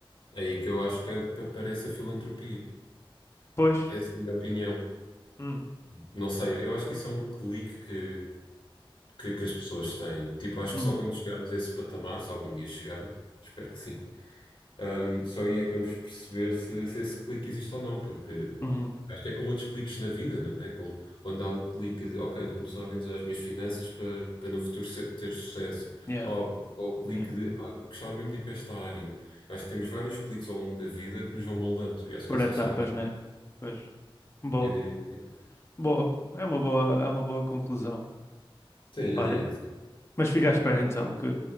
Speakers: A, on the left; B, on the left.
A: É aí que eu acho que ap- aparece a filantropia.
B: Pois.
A: Essa é a minha opinião.
B: Hum,
A: Não sei, eu acho que isso é um clique que, que, que as pessoas têm. Tipo, acho
B: uhum,
A: que só quando chegarmos a esse patamar, se algum dia chegarmos, espero que sim, hum, só aí é que vamos perceber se, se esse clique existe ou não, porque
B: uhum.
A: acho que é como outros cliques na vida, não é? Como quando há o clique de, ok, vou começar a organizar as minhas finanças para, para no futuro se- ter sucesso.
B: Yeah,
A: Ou, ou o clique
B: yeah.
A: de, pá, gostava mesmo de ir para esta área. Acho que temos vários cliques ao longo da vida que nos vão moldando, e acho
B: Por
A: que esse
B: etapas,
A: é só mais um.
B: né? Pois. Boa.
A: Eu diria que sim.
B: Boa. É uma boa, é uma boa conclusão.
A: Sim,
B: Olha,
A: eu diria que sim.
B: Mas fica à espera então que,